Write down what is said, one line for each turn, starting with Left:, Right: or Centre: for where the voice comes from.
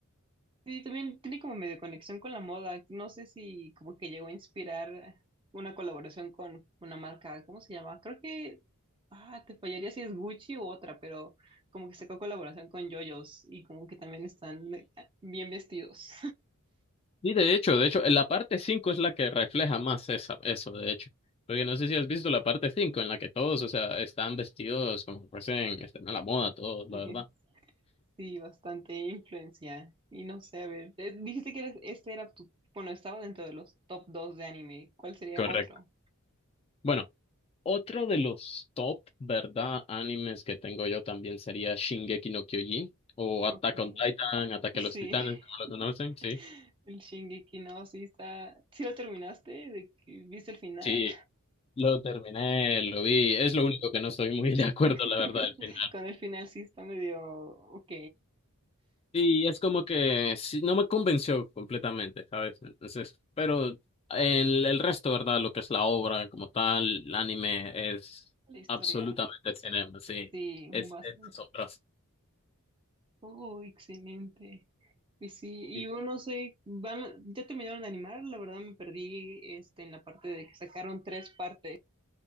Right: Sí, también tiene como medio conexión con la moda. No sé si como que llegó a inspirar una colaboración con una marca, ¿cómo se llama? Creo que, ah, te fallaría si es Gucci u otra, pero como que sacó colaboración con JoJo's y como que también están eh, bien vestidos.
Left: Y de hecho, de hecho, en la parte 5 es la que refleja más esa, eso, de hecho. Porque no sé si has visto la parte 5 en la que todos, o sea, están vestidos como que fuesen, están a la moda todos,
Right: <laughs>
Left: la verdad.
Right: Sí, bastante influencia. Y no sé, a ver, eh, dijiste que eras- este era tu, bueno, estaba dentro de los top dos de anime. ¿Cuál sería
Left: Correcto.
Right: otro?
Left: Bueno, otro de los top, ¿verdad? Animes que tengo yo también sería Shingeki no Kyojin o Attack
Right: Ok.
Left: on Titan, Ataque
Right: Sí.
Left: a los Titanes, como lo
Right: <laughs>
Left: conocen, sí.
Right: El Shingeki no, sí está. ¿Sí lo terminaste? ¿De que ¿Viste el final?
Left: Sí, lo terminé, lo vi. Es lo único que no estoy
Right: <laughs>
Left: muy de acuerdo, la verdad, al final.
Right: Con el final sí está medio ok.
Left: Y es como que sí, no me convenció completamente, ¿sabes? Entonces, pero en el resto, ¿verdad? Lo que es la obra como tal, el anime es
Right: La historia,
Left: absolutamente cinema, sí.
Right: sí,
Left: Es,
Right: bastante.
Left: es asombroso.
Right: Oh, excelente. Y sí, y
Left: Sí.
Right: yo no sé, van, ya terminaron de animar, la verdad me perdí este en la parte de que sacaron tres partes.